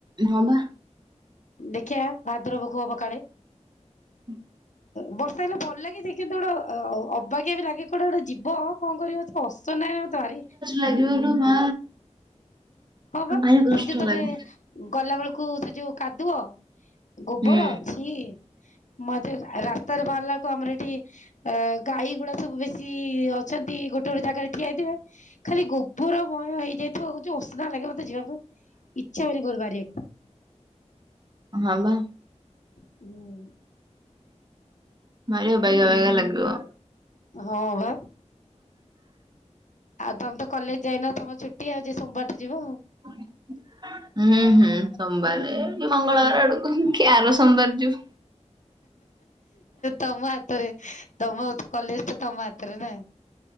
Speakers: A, on the right; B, on the left.
A: ହଲା।
B: ଦେଖଆ ଭାଦ୍ରବକୁ ହବ କାଳେ।
A: ହୁଁ।
B: ବର୍ଷା ହେଲେ ଭଲ ଲାଗେଛି କିନ୍ତୁ ଗୋଟେ ଅବାକିା ବି ଲାଗେ କୋଟେ ଗୋଟେ ଯିବ ଆଉ କଣ କରିବ। ଅସ ନାହିଁ ତାର
A: ଲାଗିବଲୁ ମା
B: ହଁ ବା
A: ଭାରି କଷ୍ଟ
B: ସେ ଯୋଉ ତମେ
A: ଲାଗେ
B: ଗଲା ବେଳକୁ ସେ ଯୋଉ କାଦୁଅ ଗୋବର
A: ହୁଁ
B: ଅଛି ମ ରାସ୍ତାରେ ବାହାରିଲାକୁ ଆମର ଏଠି ଅ ଗାଈଗୁଡା ସବୁ ବେଶୀ ଅଛନ୍ତି ଗୋଟେ ଗୋଟେ ଜାଗାରେ ଠିଆଇଥିବେ ଖାଲି ଗୋବରମୟ ହେଇଯାଇଥିବ। ସୁଧ ଲାଗା ମତେ ଯିବାକୁ ଇଚ୍ଛା ହଉନି ଘରୁ ବାହାରିବାକୁ।
A: ହଁ ବା।
B: ଆଇ
A: ମାର ବାଇଗ ବାଇଗ ଲଗିବ।
B: ହଁ ବା। ଆଉ ତମେ ତ କଲେଜ ଯାଇନ ତମ ଛୁଟି ଆଉ ଯ ସୋମବାରଟ ଯିବ ଆଉ।
A: ହୁଁ। ହୁଁ ହୁଁ ସୋମବାରେ ମଙ୍ଗଳବାର ଆଡକୁ କି ଆର ସୋମବାର ଯିବୁ।
B: ତମ ହାତରେ ତମ କଲେଜ ତ ତମ ହାତରେ ନହିଁ।